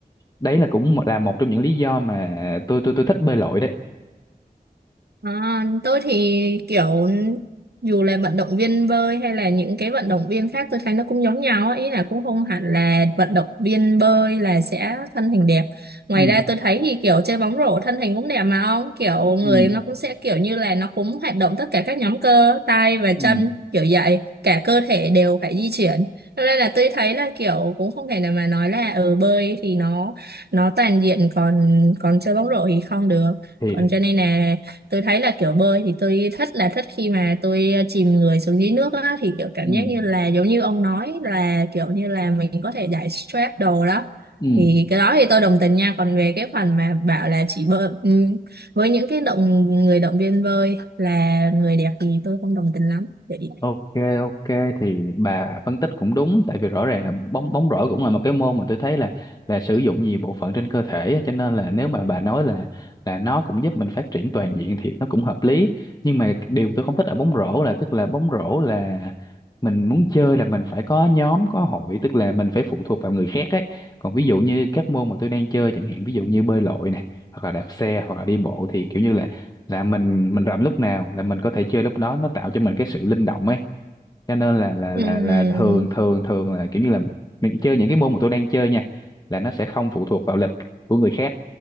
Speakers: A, on the left; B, on the right.
A: đấy là cũng một- là một trong những lý do mà tôi tôi tôi thích bơi lội đấy
B: À, tôi thì kiểu dù là vận động viên bơi hay là những cái vận động viên khác tôi thấy nó cũng giống nhau á. ý là cũng không hẳn là vận động viên bơi là sẽ thân hình đẹp ngoài
A: ừ
B: ra tôi thấy thì kiểu chơi bóng rổ thân hình cũng đẹp mà ông kiểu người
A: ừ
B: nó cũng sẽ kiểu như là nó cũng hoạt động tất cả các nhóm cơ tay và
A: ừ
B: chân kiểu vậy cả cơ thể đều phải di chuyển Cho nên là tôi thấy là kiểu cũng không thể nào mà nói là ở ừ, bơi thì nó nó toàn diện còn còn chơi bóng rổ thì không được
A: thì
B: còn cho nên là tôi thấy là kiểu bơi thì tôi thích là thích khi mà tôi ờ, chìm người xuống dưới nước á thì kiểu cảm
A: ừ
B: giác như là giống như ông nói là kiểu như là mình có thể giải stress đồ đó
A: ừ
B: thì cái đó thì tôi đồng tình nha còn về cái phần mà bảo là chỉ bơi ừm, với những cái động người động viên bơi là người đẹp thì tôi không đồng tình lắm Vậy.
A: Ok ok thì bà phân tích cũng đúng tại vì rõ ràng là bóng bóng rổ cũng là một cái môn mà tôi thấy là là sử dụng nhiều bộ phận trên cơ thể á, cho nên là nếu mà bà nói là là nó cũng giúp mình phát triển toàn diện thì nó cũng hợp lý nhưng mà điều tôi không thích ở bóng rổ là tức là bóng rổ là mình muốn chơi là mình phải có nhóm có hội tức là mình phải phụ thuộc vào người khác ấy còn ví dụ như các môn mà tôi đang chơi chẳng hạn ví dụ như bơi lội này hoặc là đạp xe hoặc là đi bộ thì kiểu như là là mình mình rảnh lúc nào là mình có thể chơi lúc đó nó tạo cho mình cái sự linh động ấy cho nên là là
B: Ừm,
A: là là thường thường thường là kiểu như là mình chơi những cái môn mà tôi đang chơi nha là nó sẽ không phụ thuộc vào lịch của người khác